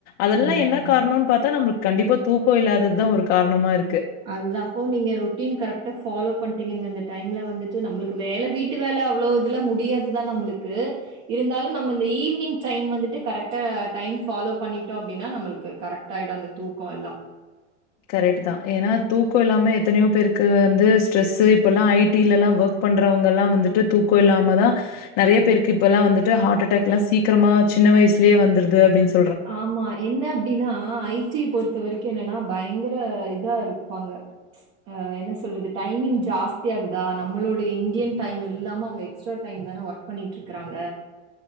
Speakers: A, on the left; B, on the right.
A: அதெல்லா
B: ம்
A: என்ன காரணோன் பாத்தா நம்ப ள்க் கண்டிப்பா தூக்க இல்லாததுதா ஒரு காரணமா இருக்கு
B: அதுதாப்போ நீங்க ரொட்டீன் கரெக்டா ஃபாலோ பண்ணிட்டீங்க இந்த டைம்ல வந்துட்டு நம்மளுக்கு வேல வீட் ட்டு வேலை அவ்ளோ இதுல முடியாதுதா நம்மளுக்கு இருந்தாலு நம்ம இந்த ஈவினிங் டைம் வந்துட்டு கரெக்டா டைம் ஃபாலோ பண்ணிட்டோ அப்டின்னா நம்மளுக்கு கரெக்ட் ஆய்டு அந்த தூக்க எல்லா
A: கரெட்தா ஏன்னா தூக்க இல்லாம எத்தனையோ பேருக்கு வந்து ஸ்ட்ரெஸ் இப்போல்லா ஐடிலல்லா ஒர்க் பண்றவங்களா வந்துட்டு தூக்க இல்லாமதா நெறய பேருக்கு இப்பல்லா வந்துட்டு ஹார்ட் அட்டாக்லா சீக்ரமா சின்ன வயசுலயே வந்தருது அப்டின் சொ
B: ஆமா என்ன அப்டின்னா ஐடி பொறுத்த வரைக்கு என்னனா பயங்கர இதா இருப்பாங்க
A: <inaudible>
B: அ என்ன சொல்றது டைமிங் ஜாஸ்தியாகுதா நம்மளோடைய இந்தியன் டைம் இல்லாம அவங்க எக்ஸ்ட்ரா டைம்தான ஒர்க் பண்ணிட்ருக்குறாங்க